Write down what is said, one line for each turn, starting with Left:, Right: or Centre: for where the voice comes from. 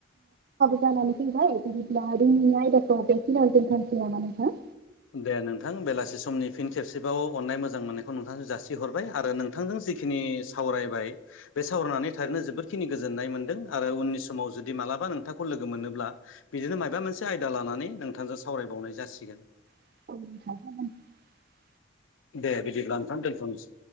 Right: जानानै फैबाय बिदिब्ला दिनैनि आयदाखौ बेखिनियावनो दोनथ'नोसै नामा नोंथां?
Left: दे नोंथां बेलासि समनि फिन खेबसेबाव अननाय मोजां मोननायखौ नोंथांनो जासिहरबाय आरो नोंथांजों जिखिनि सावरायबाय बे सावरायनानै थारैनो जोबोदखिनि गोजोननाय मोनदों आरो उननि समाव जुदि मा माबालाबा नोंथांखौ लोगो मोनोब्ला बिदिनो माबा मोनसे आयदा लानानै नोंथांजों सावरायबावनाय जासिगोन।
Right: <inaudible>
Left: दे बिदिब्ला नोंथां दोनथ'नोसै।